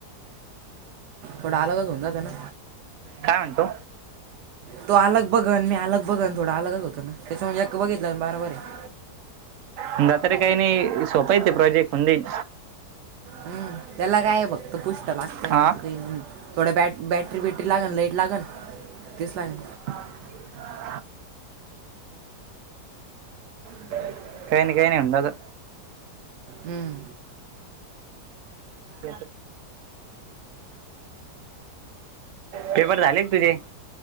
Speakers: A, on the right; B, on the right.
A: थोडं अलगच होऊन जातना.
B: काय म्हणतो?
A: तो अलग बघन, मी अलग बघन थोडा अलगच होत ना त्याच्यामुळ एक बघितल्यावर बारबर आहे.
B: तुला तरी काही नाही सोपंय ते प्रोजेक्ट. होऊन जाईल
A: हम्म, त्याला काय फक्त पुष्ट लागतेय
B: हा
A: बाकी काही नाही. थोड्या बॅट बॅट्री वेटरी लागण, लाईट लागण तिस लागण
B: ह <inaudible> काही नाही, काही नाही होऊन जात.
A: हम्म.
B: <inaudible> पेपर झाले का तुझे?